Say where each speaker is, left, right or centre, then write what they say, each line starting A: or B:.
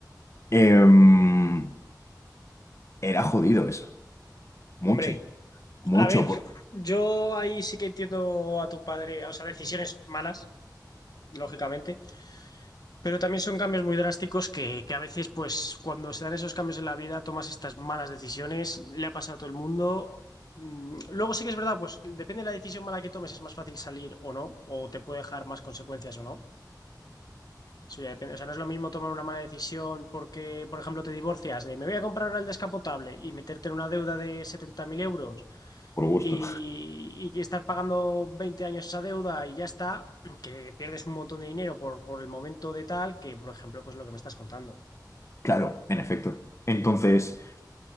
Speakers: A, on the left; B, on the left.
A: em, era jodido eso. Mucho,
B: Hombre,
A: mucho
B: a ver,
A: por,
B: yo ahí sí que entiendo a tu padre, o sea, decisiones malas, lógicamente, Pero también son cambios muy drásticos que, que a veces, pues, cuando se dan esos cambios en la vida, tomas estas malas decisiones, le ha pasado a todo el mundo. Mm, Luego sí que es verdad, pues depende de la decisión mala que tomes, es más fácil salir o no, o te puede dejar más consecuencias o no. Eso ya depende. O sea, no es lo mismo tomar una mala decisión porque, por ejemplo, te divorcias de me voy a comprar ahora el descapotable y meterte en una deuda de 70.000 euros
A: por gusto.
B: y, y estar pagando 20 años esa deuda y ya está, que pierdes un montón de dinero por, por el momento de tal que, por ejemplo, pues lo que me estás contando.
A: Claro, en efecto. Entonces...